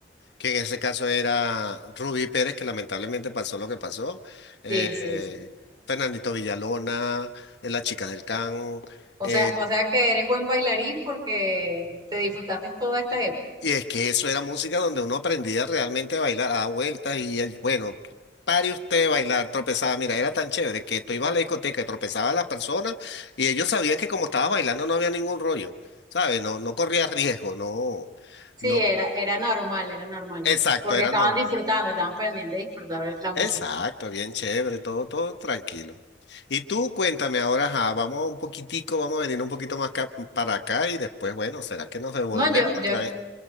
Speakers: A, on the left; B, on the right.
A: que en ese caso era Rubí Pérez, que lamentablemente pasó lo que pasó, eh,
B: Sí, sí,
A: eh,
B: sí.
A: Fernandito Villalona, eh, las chicas del Can,
B: O
A: eh,
B: sea, o sea que eres buen bailarín porque te disfrutaste toda esta época.
A: Y es que eso era música donde uno aprendía realmente a bailar, a dar vueltas y el- bueno, pare usted de bailar, tropezaba, mira, era tan chévere que tú ibas a la discoteca y tropezabas a las personas y ellos sabían que como estabas bailando no había ningún rollo, ¿sabes? No, no corrías riesgo, no,
B: Sí,
A: no,
B: era, era normal, era normal.
A: exacto,
B: Porque
A: era
B: estaban
A: normal.
B: disfrutando, estaban pendientes de disfrutar la música.
A: Exacto, bien chévere, todo, todo tranquilo. Y tú cuéntame ahora, ajá, vamos un poquitico, vamos a venir un poquito más acá- para acá y después, bueno, ¿será que nos devolvemos
B: No, yo,
A: otra
B: yo
A: vez?